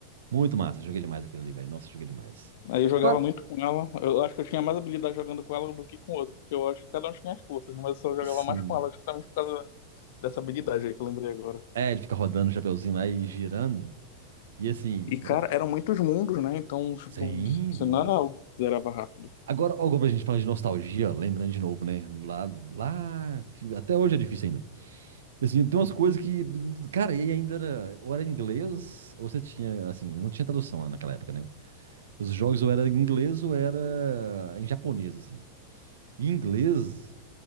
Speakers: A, on the right (about 60°); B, on the left (about 55°).
A: Muito massa, joguei demais aquilo ali, velho. Nossa, joguei demais.
B: Aí eu jogava
A: Agora,
B: muito com ela. Eu acho que eu tinha mais habilidade jogando com ela do que com o outro, porque eu acho que cada um tinha as forças, mas eu só jogava
A: sim.
B: mais com ela, justamente por causa dessa habilidade aí que eu lembrei agora.
A: É, ele fica rodando o chapeuzinho lá e girando. E assim,
B: E, cara,
A: ela fica.
B: eram muitos mundos, né? Então, tipo,
A: Sim,
B: você
A: nossa,
B: não era algo que zerava rápido.
A: Agora, ó, como a gente fala de nostalgia, lembrando de novo, né? Lá, lá, que até hoje é difícil ainda. Assim, tem umas coisas que, cara, e ainda era, ou era inglês, ou você tinha, assim, não tinha tradução né, naquela época, né? Os jogos ou era em inglês ou era em japonês, assim. E inglês,